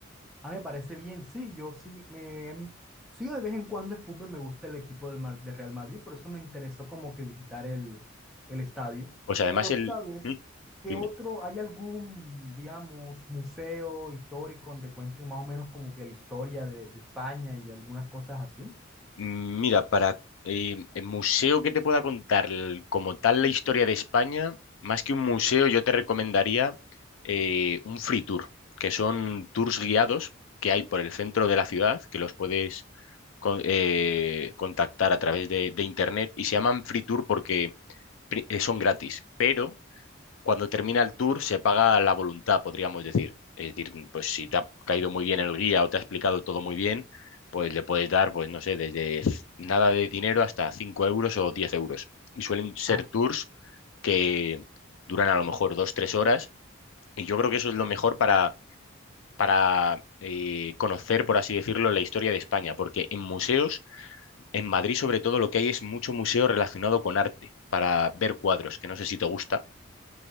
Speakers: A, in the centre; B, on the left.
A: Ah, me parece bien, sí, yo sí, me, sigo de vez en cuando el fútbol, me gusta el equipo del, Mar- de Real Madrid, por eso me interesó como que visitar el, el estadio.
B: Pues además
A: Pero,
B: el...
A: ¿sabes
B: ¿Mm?
A: qué
B: Dime.
A: otro, hay algún, digamos, museo histórico donde cuenten más o menos como que la historia de, de España y algunas cosas así?
B: Mm, Mira, para eh, el museo que te pueda contar el- como tal la historia de España, más que un museo, yo te recomendaría eh, un free tour, que son tours guiados que hay por el centro de la ciudad, que los puedes con- eh, contactar a través de, de internet y se llaman free tour porque pri- eh, son gratis, pero cuando termina el tour se paga la voluntad, podríamos decir. Es decir, pues si te ha caído muy bien el guía o te ha explicado todo muy bien, pues le puedes dar, pues no sé, desde c- nada de dinero hasta 5 euros o 10 euros. Y suelen ser
A: Ah,
B: tours que duran a lo mejor dos, tres horas. Y yo creo que eso es lo mejor para, para eh, conocer, por así decirlo, la historia de España. Porque en museos, en Madrid sobre todo, lo que hay es mucho museo relacionado con arte, para ver cuadros, que no sé si te gusta.